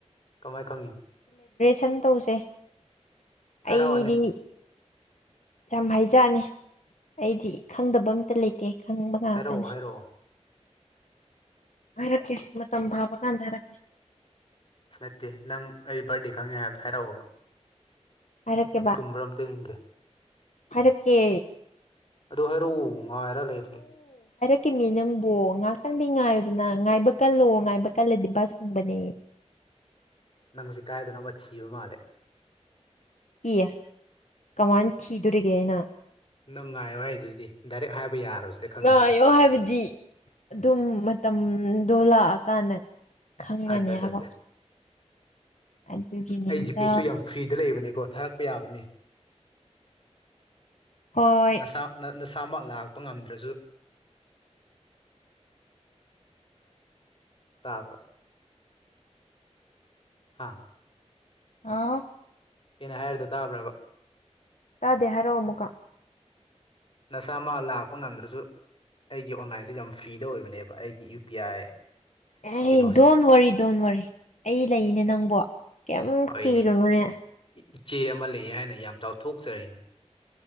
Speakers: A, on the left; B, on the left.
A: ꯀꯃꯥꯏ ꯈꯪꯉꯤꯕ
B: ꯁꯟ ꯇꯧꯁꯦ
A: ꯍꯥꯏꯔꯛꯑꯣꯅꯦ
B: ꯑꯩꯗꯤ ꯌꯥꯝ ꯍꯥꯏꯖꯅꯦ ꯑꯩꯗꯤ ꯈꯪꯗꯕ ꯑꯝꯇ ꯂꯩꯇꯦ ꯈꯪꯕ ꯉꯥꯛꯇꯅꯦ
A: ꯍꯥꯏꯔꯛꯑꯣ ꯍꯥꯏꯔꯛꯑꯣ
B: ꯍꯥꯏꯔꯛꯀꯦ ꯃꯇꯝ ꯐꯥꯕ ꯀꯥꯟꯗ ꯍꯥꯏꯔꯛꯀꯦ
A: ꯅꯠꯇꯦ ꯅꯪ ꯑꯩ ꯕꯥꯔꯗꯦ ꯈꯪꯉꯦ ꯍꯥꯏꯕꯗꯣ ꯍꯥꯏꯔꯛꯑꯣꯕ
B: ꯍꯥꯏꯔꯛꯀꯦꯕ
A: ꯆꯨꯝꯕ꯭ꯔ ꯑꯃꯝꯇ ꯌꯦꯡꯒꯦ
B: ꯍꯥꯏꯔꯛꯀꯦ
A: ꯑꯗꯨ ꯍꯥꯏꯔꯛꯎ ꯉꯥꯏꯔ ꯂꯩꯔꯦ
B: ꯀꯤꯃꯤ ꯅꯪꯕꯨ ꯉꯥꯏꯍꯥꯛꯇꯪꯗꯤ ꯉꯥꯏꯌꯨꯗꯅ ꯉꯥꯏꯕ ꯀꯜꯂꯣ ꯉꯥꯏꯕ ꯀꯜꯂꯗꯤ ꯕꯁ ꯎꯪꯕꯅꯦ
A: ꯅꯪ ꯍꯧꯖꯤꯛ ꯀꯥꯏꯗꯅꯣ ꯑꯃ ꯊꯤꯕ ꯃꯥꯜꯂꯦ
B: ꯏꯌꯦ ꯀꯃꯥꯏꯅ ꯊꯤꯗꯣꯔꯤꯒꯦ ꯑꯩꯅ
A: ꯅꯪ ꯉꯥꯏꯌꯣ ꯍꯥꯏꯗꯨꯗꯤ ꯗꯥꯏꯔꯦꯛ ꯍꯥꯏꯕ ꯌꯥꯔꯣꯏ ꯁꯤꯗ ꯈꯪꯉꯅꯤ
B: ꯉꯥꯏꯌꯣ ꯍꯥꯏꯕꯗꯤ ꯑꯗꯨꯝ ꯃꯇꯝ ꯗꯣꯂꯛꯑꯥ ꯀꯥꯟꯗ ꯈꯪꯒꯅꯤ
A: ꯑꯠꯆꯥ ꯑꯠꯆꯥ
B: ꯍꯥꯏꯕ
A: ꯑꯠꯆꯥ
B: ꯑꯗꯨꯒꯤꯅꯤꯗ
A: ꯑꯩ ꯖꯤꯄꯦꯁꯨ ꯌꯥꯝ ꯐ꯭ꯔꯤꯗ ꯂꯩꯕꯅꯦꯀꯣ ꯊꯥꯔꯛꯄ ꯌꯥꯕꯅꯦ
B: ꯍꯣꯏ
A: ꯅꯁꯥ ꯅ ꯅꯁꯥꯃꯛ ꯂꯥꯛꯄ ꯉꯝꯗ꯭ꯔꯁꯨ ꯇꯥꯕ꯭ꯔꯣ ꯍꯥꯥ
B: ꯑꯥ
A: ꯑꯩꯅ ꯍꯥꯏꯔꯤꯗꯣ ꯇꯥꯕ꯭ꯔꯥꯕ <inaudible>
B: ꯇꯥꯗꯦ ꯍꯥꯢꯔꯛꯑꯣ ꯑꯃꯃꯨꯀ
A: ꯅꯁꯥꯃꯛ ꯂꯥꯛꯄ ꯉꯝꯗ꯭ꯔꯁꯨ ꯑꯩꯒꯤ ꯑꯣꯟꯂꯥꯏꯟꯖꯦ ꯌꯥꯝ ꯐ꯭ꯔꯤꯗ ꯑꯣꯏꯕꯅꯦꯕ ꯑꯩꯒꯤ ꯌꯨ ꯄꯤ ꯑꯥꯏ
B: ꯑꯦ
A: ꯀꯩꯅꯣꯁꯦ
B: ꯗꯣꯟ ꯋꯥꯔꯤ ꯗꯣꯟ ꯋꯥꯔꯤ ꯑꯩ ꯂꯩꯅꯦ ꯅꯪꯕꯣ ꯀꯃ
A: ꯍꯣꯏꯅꯦ
B: ꯀ ꯔꯣꯅꯅꯦ
A: ꯏꯆꯦ ꯑꯃ ꯂꯩꯌꯦ ꯍꯥꯏꯅ ꯌꯥꯝ ꯆꯥꯎꯊꯣꯛꯆꯔꯤꯅꯤ